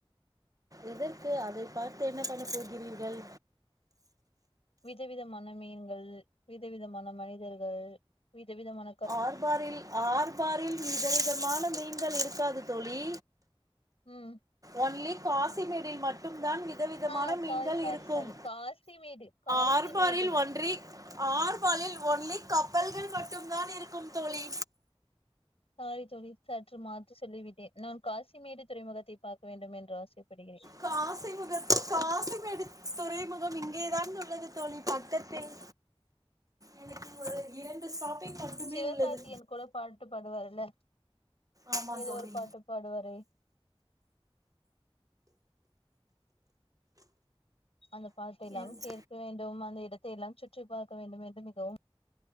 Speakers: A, on the right; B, on the left.
A: எதற்கு அதை பார்த்து என்ன பண்ணப்போகிறீர்கள்
B: விதவிதமான மீன்கள் விதவிதமான மனிதர்கள் வித விதமான
A: ஆர்பாரில் ஆர்பாரில் விதவிதமான மீன்கள் இருக்காது தோழி
B: ம்
A: ஒன்லி காசிமேடில் மட்டும் தான் விற் விதவிதமான
B: ஆ
A: மீன்கள்
B: சாரி சாரி
A: இருக்கும்
B: சாரி காசிமேடு காசிமேடு
A: ஆர்பாரில் ஒன்றி ஆர்பாலில் ஒன்லி கப்பல்கள் மட்டும் தான் இருக்கும் தோழி
B: சாரி தோழி சற்று மாற்றி சொல்லிவிட்டேன் நான் காசிமேடு துறைமுகத்தை பார்க்க வேண்டும் என்று ஆசைப்படுகிறேன்
A: காசி முக காசிமேடு துறைமுகம் இங்கேதான் உள்ளது தோழி பக்கத்தில் எனக்கு ஒரு இரண்டு ஷாப்பிங் மட்டுமே
B: சிவகார்த்திகேயன்
A: உள்ளது
B: கூட பாட்டு பாடுவாருல்ல
A: ஆமாம்
B: ஏதோ
A: தோழி
B: ஒரு பாட்டு பாடுவாரே அந்த பாட்டெல்லாம்
A: எஸ்.
B: கே வேண்டும் அந்த இடத்தை எல்லாம் சுற்றி பார்க்க வேண்டும் என்று மிகவும்